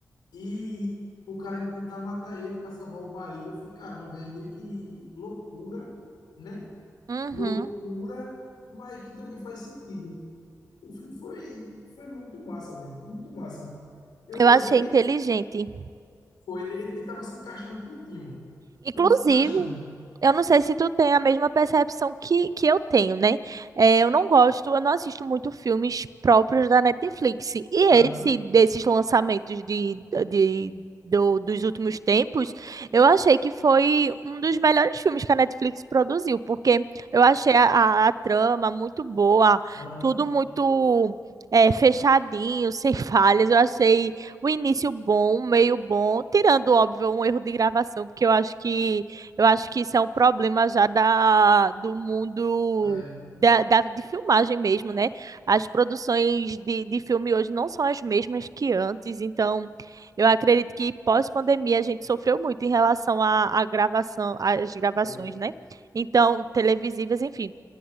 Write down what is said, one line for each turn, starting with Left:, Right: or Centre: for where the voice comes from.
Left: e o cara ainda tentar matar ele para salvar o marido, eu fico, caramba, velho, é meio que loucura, né?
Right: Uhum.
Left: Loucura, mas que também faz sentido. O filme foi, foi muito massa, velho, muito massa. Eu,
Right: Eu achei
Left: eu fiquei,
Right: inteligente.
Left: Foi, ele, ele tava se encaixando tudinho,
Right: Inclusive,
Left: tudo se encaixando.
Right: eu não sei se tu tem a mesma percepção que, que eu tenho, né? É, eu não gosto, eu não assisto muito filmes próprios da Netflix. E esse,
Left: Aham,
Right: desses lançamentos de, de, do- dos últimos tempos, eu achei que foi um dos melhores filmes que a Netflix produziu, porque eu achei a, a- a trama muito boa,
Left: aham,
Right: tudo muito. é, fechadinho, <laughs> sem falhas. Eu achei o início bom, o meio bom, tirando, óbvio, um erro de gravação, porque eu acho que eu acho que isso é um problema já da, do mundo
Left: é,
Right: da, da- de filmagem mesmo, né? As produções de, de filme hoje não são as mesmas que antes, então eu acredito que pós-pandemia a gente sofreu muito em relação à à gravação, às gravações,
Left: foi.
Right: né? Então, televisivas, enfim.